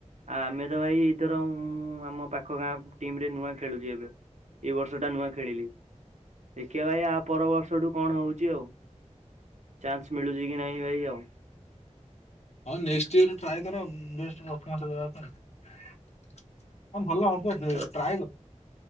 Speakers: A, on the right (about 70°); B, on the left (about 60°).
A: ଆ ଆମେ ତ ଭାଇ ଏଇଥର ମୁଁ ଆମ ପାଖ ଗାଁ ଟିମ ରେ ନୂଆ ଖେଳୁଛି ଏବେ। ଏଇ ବର୍ଷ ଟା ନୂଆ ଖେଳିଲି। ଦେଖିବା ଭାଇ ଆ ପର ବର୍ଷଠୁ କଣ ହଉଛି ଆଉ। ଚାନ୍ସ ମିଳୁଛି କି ନାହିଁ ଭାଇ ଆଉ।
B: ହଁ ନେଷ୍ଟେ ଇୟରରେ ଟ୍ରାଏ କର ବେଷ୍ଟ ଫ୍ରପମାନ୍ସ ଦେବା ପାଇଁ। ହଁ ଭଲ ହବ ବ
A: ତାପରେ
B: ଟ୍ରାଏ କର।